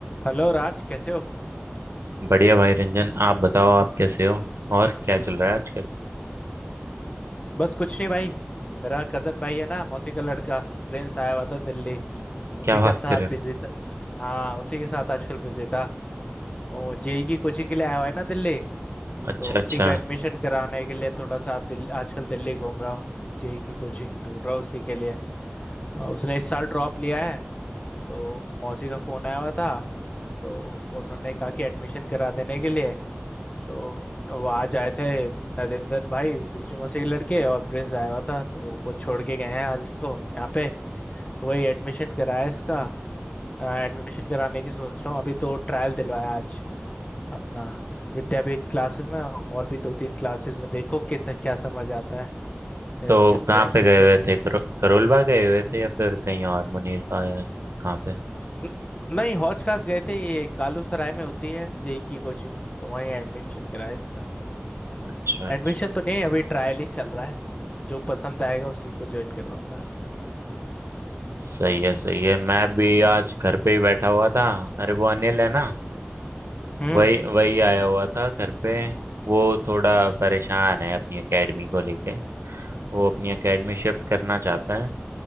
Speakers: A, on the left; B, on the right.
A: हेलो राज कैसे हो
B: बढ़िया भाई रंजन आप बताओ आप कैसे हो और क्या चल रहा है आजकल
A: बस कुछ नहीं भाई मेरा कजन भाई है ना मौसी का लड़का प्रिंस आया हुआ था दिल्ली
B: क्या
A: उसी
B: बात
A: का साथ
B: कर रहे हो
A: बिजी था हाँ उसी के साथ आजकल बिजी था वो जेई की कोचिंग के लिए आया हुआ है ना दिल्ली
B: अच्छा
A: तो उसी
B: अच्छा
A: का एडमिशन कराने के लिए थोड़ा सा दिल, आजकल दिल्ली घूम रहा हूँ जेई की कोचिंग ढूंढ रहा हूँ उसी के लिए और उसने इस साल ड्रॉप लिया है तो मौसी का फोन आया हुआ था तो उन्होंने कहा कि एडमिशन करा देने के लिए तो वो आज आए थे नरेंद्र भाई दूसरी मसीह के लड़के और प्रिंस आया हुआ था तो वो छोड़ के गए हैं आज इसको यहाँ पे तो वही एडमिशन कराया इसका एडमिशन कराने की सोच रहा हूँ अभी तो ट्रायल दिलवाया आज अपना विद्यापीठ क्लासेस में और भी दो तीन क्लासेस में देखो किस क्या समझ आता है फिर
B: तो
A: करते
B: कहाँ
A: हैं उसी
B: पे गए
A: सब
B: हुए थे करो, करोलबाग गए हुए थे या फिर कहीं और मुनीर का या कहाँ पे
A: न- नहीं हौज खास गए थे ये कालू सराय में होती है जेई की कोचिंग तो वहीं एडमिशन कराया इसका
B: अच्छा अच्छा
A: एडमिशन तो नहीं है अभी ट्रायल ही चल रहा है जो पसंद आएगा उसी को ज्वाइन करवाऊंगा
B: सही है सही है मैं भी आज घर पे ही बैठा हुआ था अरे वो अनिल है ना
A: हम्म
B: वही वही आया हुआ था घर पे वो थोड़ा परेशान है अपनी एकेडमी को लेके वो अपनी एकेडमी शिफ्ट करना चाहता है